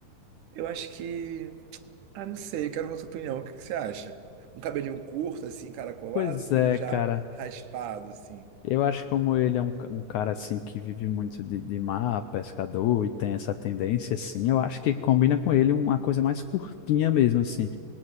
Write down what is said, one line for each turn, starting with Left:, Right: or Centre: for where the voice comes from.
Right: Eu acho que. Ah, não sei, eu quero a sua opinião. O que que você acha? Um cabelinho curto, assim, encaracolado,
Left: Pois é,
Right: ou já
Left: cara.
Right: raspado, assim?
Left: Eu acho que como ele é um, ca- um cara assim que vive muito de, de mar, pescador e tem essa tendência assim, eu acho que combina com ele uma coisa mais curtinha mesmo assim.